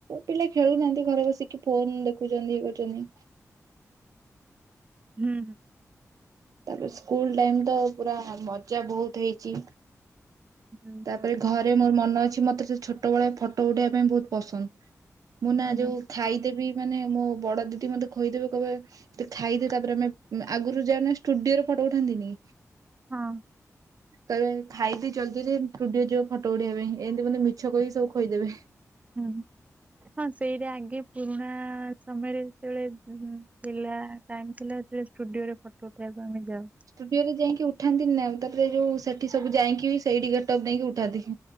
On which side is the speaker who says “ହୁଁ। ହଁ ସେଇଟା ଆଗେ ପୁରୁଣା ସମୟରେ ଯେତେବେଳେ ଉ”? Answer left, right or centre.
Right